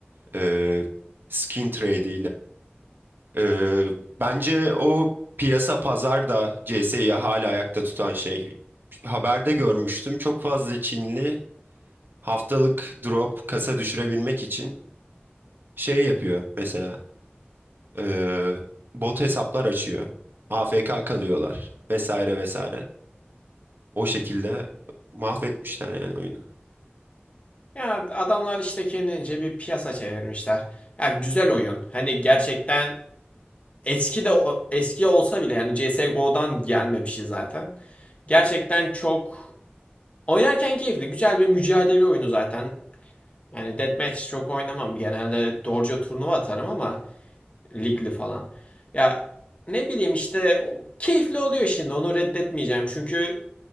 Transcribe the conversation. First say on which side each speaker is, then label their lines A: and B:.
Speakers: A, on the right (about 60°); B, on the left (about 35°).
A: Ee, skin trade Ee, bence o piyasa pazar da CS'yi hala ayakta tutan şey. Haberde görmüştüm çok fazla Çinli haftalık drop kasa düşürebilmek için şey yapıyor mesela ee, bot hesaplar açıyor. AFK kalıyorlar vesaire vesaire. O şekilde mahvetmişler yani oyunu.
B: Ya adamlar işte kendince bir piyasa çevirmişler. Ya güzel oyun. Hani gerçekten eski de eski olsa bile yani CS:GO'dan gelme bir şey zaten. Gerçekten çok Oynarken keyifli. Güzel bir mücadele oyunu zaten. Yani deathmatch çok oynamam. Genelde doğruca turnuva atarım ama ligli falan. Ya ne bileyim işte keyifli oluyor şimdi. Onu reddetmeyeceğim. Çünkü